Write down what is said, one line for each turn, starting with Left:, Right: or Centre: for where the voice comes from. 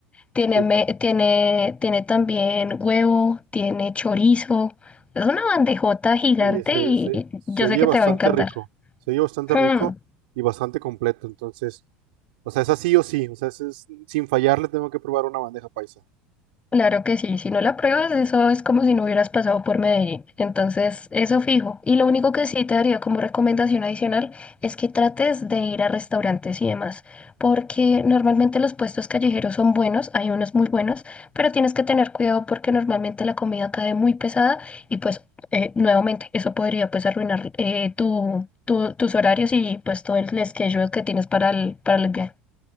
Left: tiene,
Right: Sí.
Left: me- tiene, tiene también huevo, tiene chorizo. Es una bandejota gigante
Right: Oye, se,
Left: y,
Right: se,
Left: y
Right: se
Left: yo
Right: oye
Left: sé que
Right: bastante
Left: te va a encantar.
Right: rico. Se oye bastante
Left: Hmm.
Right: rico y bastante completo. Entonces, o sea, es así o sí. O sea, es, es- sin fallar le tengo que probar una bandeja paisa.
Left: Claro que sí, si no la pruebas, eso es como si no hubieras pasado por Medellín. Entonces, eso fijo. Y lo único que sí te daría como recomendación adicional es que trates de ir a restaurantes y demás, porque normalmente los puestos callejeros son buenos, hay unos muy buenos, pero tienes que tener cuidado porque normalmente la comida cae muy pesada y pues eh, nuevamente eso podría pues arruinar eh, tu, tu- tus horarios y pues todo el schedule que tienes para el, para el viaje.